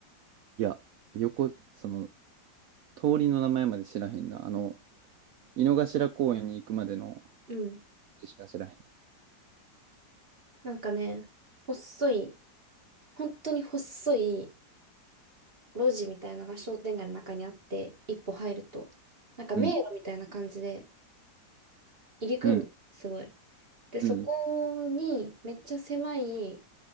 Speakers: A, on the right; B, on the right.
A: いや、横、その、通りの名前まで知らへんな。あの、井の頭公園に行くまでの
B: うん
A: 字しか知らへん。
B: なんかね、細い、本当に細い路地みたいのが商店街の中にあって、一歩入ると、なんか迷路みたいな感じで
A: うん。
B: 入り組んでる、
A: うん。
B: すごい。で、そこにめっちゃ狭い
A: うん。